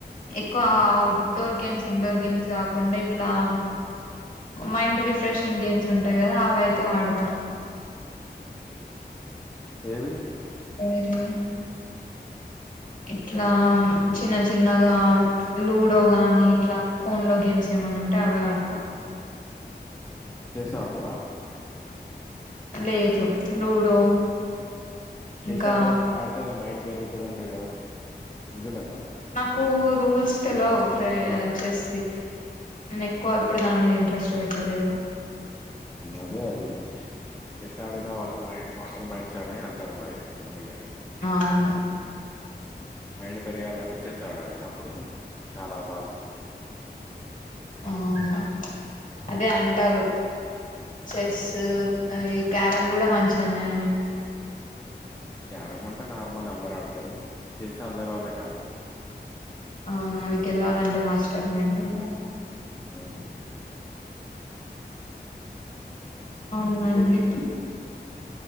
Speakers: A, on the left; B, on the left.
A: ఎక్కువ అఔట్డోర్ గేమ్స్, ఇండోర్ గేమ్స్, కాకుండా ఇట్లామ్ మైండ్ రిఫ్రెషింగ్ గేమ్స్ ఉంటాయి. కదా అవి అయితే ఆడతా
B: ఏవి
A: ఏవి అయితేనేం ఇట్లామ్ చిన్న చిన్నగా ప్చ్ లూడో గాని, ఇట్లా ఫోన్ లో గేమ్స్ ఏమైనా ఉంటే అవే ఆడుతా
B: చెస్ ఆడతారా
A: మ్మ్ లేదు లూడో
B: చెస్
A: ఇంకా
B: ఆడే ఆడతే మైండ్ పెరుగుతదంటా కదా. నిజమేనా.
A: కూట్ రూల్స్ తెలవ్వవు. ప్రయర్ చెస్ వీక్, నేను ఎక్కువ ఏప్పుడు దాని మీద ఇంట్రెస్ట్ పెట్టలేదు.
B: అదే అది చెస్ ఆడిన వాళ్ళు మైండ్ మాస్టర్ మైండ్స్ అని అంటారు. మరి అందుకే
A: అవును
B: మైండ్ పెరగాలి అంటే, చెస్ ఆడాలి. అప్పుడు చాలా బాగుంటది
A: ఆహ అదే అన్ టారు చెస్ అది క్యారం కూడా మంచేనే
B: క్యారెమ్ అంటే నార్మల్ అందరూ ఆడతారు. చెస్ అందరు వల్ల కాదు.
A: అవును అది గెలువాలంటే మాస్టర్ మైండ్ ఉండాలి.
B: హ్మ్.
A: అవునండి.
B: ఇంకేం చేస్తారు?